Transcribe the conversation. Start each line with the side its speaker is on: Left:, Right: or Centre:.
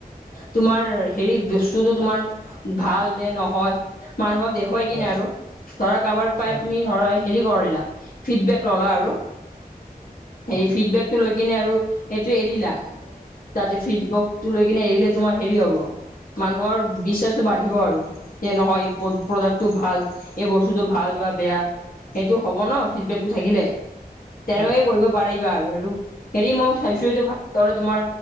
Left: তোমাৰ হেৰি বস্তুটো তোমাৰ ভাল নে নহয়, মানুহক দেখুৱাই কিনে
Right: হয়
Left: আৰু, ধৰা কাবাৰ পাই
Right: হয়
Left: তুমি হেৰি কৰিলা, ফিডবেক ল'লা আৰু হেৰি
Right: অ
Left: ফিডবেক টো লৈ কিনে আৰু সেইটো এৰিলা, তাতে ফিডবেকটো লৈ কিনে এৰিলে তোমাৰ হেৰি হ'ব। মানুহৰ বিশ্বাসটো বাঢ়িব আৰু। যে নহয় এই প্ৰডাক্টটো ভাল, এই বস্তুটো ভাল বা বেয়া। সেইটো হ'ব ন ফিডবেকটো থাকিলে। তেনেকুৱাকে
Right: হয়
Left: কৰিব পাৰিবা আৰু, আৰু হেৰি মই চাইছো যে ভালদৰে তোমাৰ